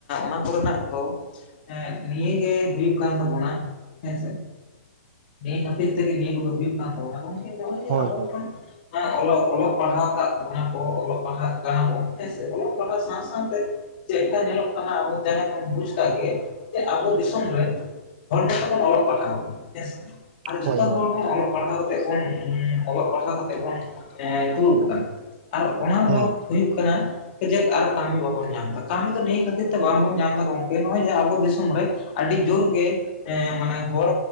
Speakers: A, on the left; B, on the right.
A: ᱚᱱᱟ ᱠᱚᱨᱮᱱᱟᱜ ᱫᱚ ᱱᱤᱭᱟᱹᱜ ᱜᱮ ᱦᱩᱭᱩᱜ ᱠᱟᱱ ᱛᱟᱵᱚᱱᱟ ᱦᱮᱸᱥᱮ ᱾ ᱱᱤᱭᱟᱹ ᱠᱷᱟᱹᱛᱤᱨ ᱛᱮᱜᱮ ᱱᱤᱭᱟᱹ ᱠᱚᱫᱚ ᱦᱩᱭᱩᱜ ᱠᱟᱱ ᱛᱟᱵᱚᱱᱟ ᱜᱚᱝᱠᱮ ᱡᱮ
B: ᱦᱳᱭ
A: ᱟᱵᱚ
B: ᱦᱳᱭ
A: ᱵᱚᱱ ᱚᱞᱚᱜ ᱚᱞᱚᱜ ᱯᱟᱲᱦᱟᱣ ᱠᱟᱜ ᱵᱚᱱᱟ ᱠᱚ, ᱚᱞᱚᱜ ᱯᱟᱲᱦᱟᱜ ᱠᱟᱱᱟ ᱵᱚᱱ ᱦᱮᱸᱥ ᱚᱞᱚᱜ ᱯᱟᱲᱦᱟᱣ ᱥᱟᱶ ᱥᱟᱶᱛᱮ ᱪᱮᱫ ᱞᱮᱠᱟ ᱧᱮᱞᱚᱜ ᱠᱟᱱᱟ, ᱟᱵᱚ ᱡᱟᱦᱟᱸ ᱵᱚᱱ ᱵᱩᱡᱽ ᱟᱠᱟᱫ ᱜᱮ ᱡᱮ ᱟᱵᱚ ᱫᱤᱥᱚᱢ ᱨᱮ ᱦᱚᱲ ᱠᱚᱚᱛ <inaudible> ᱵᱚᱱ ᱚᱞᱚᱜ ᱯᱟᱲᱦᱟᱣ ᱦᱮᱸᱥ ᱟᱨ ᱡᱚᱛᱚ
B: ᱦᱳᱭ ᱦᱳᱭ
A: ᱦᱚᱲ ᱵᱚᱱ ᱚᱞᱚᱜ ᱯᱟᱲᱦᱟᱜᱟᱣ ᱠᱟᱱᱟ <inaudible> ᱚ ᱯᱟᱲ ᱠᱟᱛᱮ ᱵ <inaudible> ᱚᱞᱚᱜ ᱯᱟᱲᱦᱟᱣ ᱠᱟᱛᱮ ᱵᱩᱱ ᱫᱩᱲᱩᱵ ᱟᱠᱟᱱᱟ, ᱟᱨ ᱚᱱᱟ
B: ᱦᱮᱸ
A: ᱫᱚ ᱦᱩᱭᱩᱜ ᱠᱟᱱᱟ, ᱡᱮᱫ ᱟᱨᱚ ᱠᱟᱹᱢᱤ ᱵᱟᱵᱚᱱ ᱧᱟᱢ ᱮᱫᱟ ᱠᱟᱢᱤ ᱫᱚ ᱱᱤᱭᱟᱹ ᱠᱷᱟᱹᱛᱤᱨ ᱛᱮ ᱵᱟᱝᱵᱚᱱ ᱧᱟᱢ ᱮᱫᱟ ᱾ ᱜᱚᱝᱠᱮ ᱱᱚᱜᱼᱚᱭ ᱡᱮ ᱟᱵᱚ ᱫᱤᱥᱚᱢ ᱨᱮ, ᱟᱹᱰᱤ ᱡᱳᱨ ᱜᱮ, ᱦᱮᱸ ᱢᱟᱱᱮ ᱦᱚᱲ